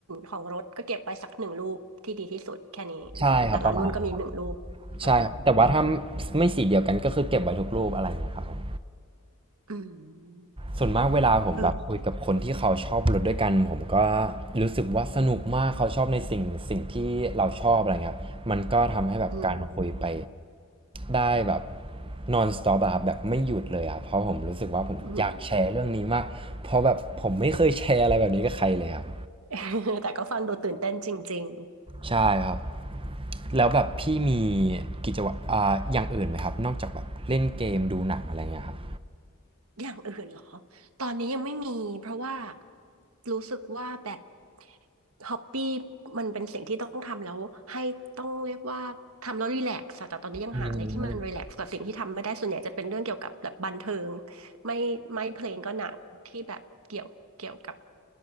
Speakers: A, on the right; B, on the right.
A: ของรถก็เก็บไว้สักหนึ่งลูกที่ดีที่สุดแค่นี้เนาะแต่ละรุ่นก็มีหนึ่งลูกอ่า
B: ใช่ครับประมาณนั้นครับใช่ครับแต่ว่าถ้าไม่สีเดียวกันก็คือเก็บไว้ทุกรูปอะไรเงี้ยครับผม
A: อืม
B: ส่วนมากเวลาผมแบบคุยกับคนที่เขาชอบรถด้วยกันผมก็
A: เออ
B: รู้สึกว่าสนุกมากเขาชอบในสิ่งสิ่งที่เราชอบอะไรเงี้ยครับมันก็ทำให้แบบการคุยไป
A: อืม
B: ได้แบบ non stop อะครับแบบไม่หยุดเลยอะเพราะผมรู้สึกว่าผมอยากแชร์เรื่องนี้มากเพราะแบบผมไม่เคยแชร์อะไรแบบนี้กับใครเลยครับ
A: อืม <laughs> แต่ก็ฟังดูตื่นเต้นจริง
B: ใช่ครับแล้วแบบพี่มีกิจวัตรอ่าอย่างอื่นไหมครับนอกจากแบบเล่นเกมดูหนังอะไรเงี้ยครับ
A: ๆอย่างอื่นเหรอตอนนี้ยังไม่มีเพราะว่ารู้สึกว่าแบต ฮอปปี้มันเป็นสิ่งที่ต้องทำแล้วให้ต้องเรียกว่าทำแล้วรีแลกซ์แต่ตอนนี้ยังหาอะไรที่มันรีแลกซ์กว่าสิ่งที่ทำไม่ได้ส่วนใหญ่จะเป็นเรื่องเกี่ยวกับแบบบันเทิง
B: อืม
A: ไม่ไม่เพลงก็หนักที่แบบเกี่ยวเกี่ยวกับ